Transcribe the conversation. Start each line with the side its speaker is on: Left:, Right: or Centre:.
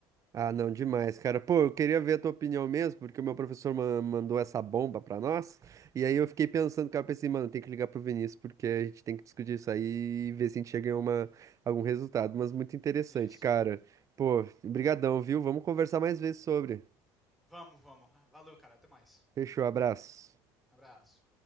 Right: Ah, não, demais, cara. Pô, eu queria ver a tua opinião mesmo, porque o meu professor ma- mandou essa bomba pra nós. E aí eu
Centre: Uhum,
Right: fiquei pensando, cara, eu pensei, mano, tem que ligar pro Vinícius, porque a gente tem que discutir isso aí e ver se a gente chega em uma, algum resultado. Mas muito interessante,
Centre: isso.
Right: cara. Pô, brigadão, viu? Vamos conversar mais vezes sobre.
Centre: Vamos, vamos. Valeu, cara. Até mais.
Right: Fechou, abraço.
Centre: Abraço.